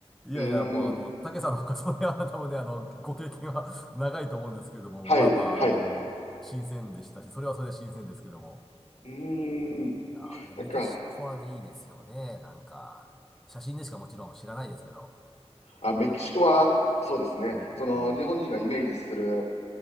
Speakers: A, in the centre; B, on the left.
A: いやいや、
B: うーん。
A: もうあの、竹さんの方がそれは多分ね、あの、ご経験は <laughs> 長いと思うんですけれども、
B: はい、
A: まあまあ、
B: はい。
A: あの、新鮮でしたし、それはそれで新鮮ですけども。
B: うーん。
A: いやー、でもメキシコはね、
B: なんか、
A: いいですよね。なんか、写真でしかもちろん知らないですけど。
B: あ、メキシコは、そうですね。
A: なんか、
B: その、
A: う
B: 日本人がイメージする、
A: ん。